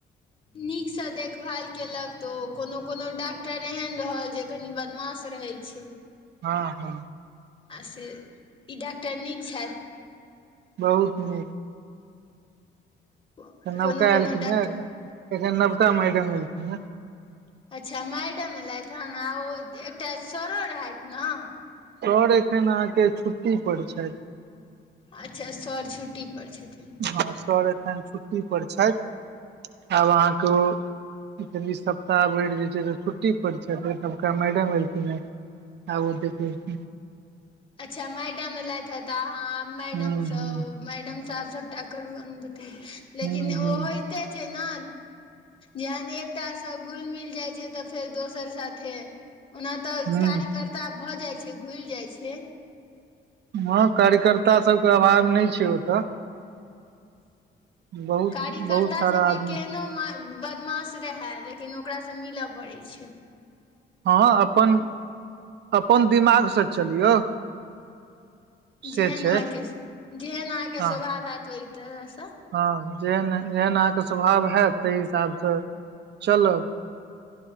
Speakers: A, on the left; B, on the right.
A: नीकसँ देखभाल केलक तऽ कोनो कोनो डॉक्टर एहन रहल जे कनि बदमाश रहै छै
B: हँ हँ
A: आ से ई डॉक्टर नीक छैथ
B: बहुत नीक
A: छथि
B: त नबका
A: कोनो कोनो
B: एलखिन
A: डॉक्टर
B: ह ऐखन नवका मैडम एलखिन ह
A: अच्छ मैडम एलाथ ह आ ओ एकटा सरो रहैथ ने
B: सर एखन अहाँके छुट्टी पर छैथ
A: अच्छ सर छुट्टी पर छथिन
B: हँ सर एखन छुट्टी पर छैथ आब अहाँके ओ ई सप्ताह भरि जे छै से छुट्टी पर छैथ ओपरकामैडम एलखिन ह आ ओ <unintelligible>
A: अच्छ मैडम एलैथ ह त अहाँ मैडम
B: हूँ
A: स
B: हूँ
A: ओ मैडम साहब सभटा <unintelligible> करू बते लेकिन
B: हूँ हूँ
A: ओ होइते छै ने जेहन एकटा स घुलि मिल जाइ छै तऽ फेर दोसर साथे ओना तऽ
B: हूँ
A: कार्यकर्ता भऽ जाइ है घुल जाइ छै
B: हँ कार्यकर्ता सबके अभाव न छै ओतऽ बहुत
A: कार्यकर्ता
B: बहुत सारा
A: स सभके
B: आदमी
A: केहनो बदमाश रहै लेकिन ओकरासँ मिलऽ पड़ैत छै
B: हँ अपन अपन दिमाग से चलियौ से
A: जेहन
B: छै
A: अहाँके जेहन अहाँके
B: हँ
A: स्वभाव होयत ओहि तरह स
B: हँ जेहन जेहन अहाँके स्वभाव हैत ताहि हिसाबस चलब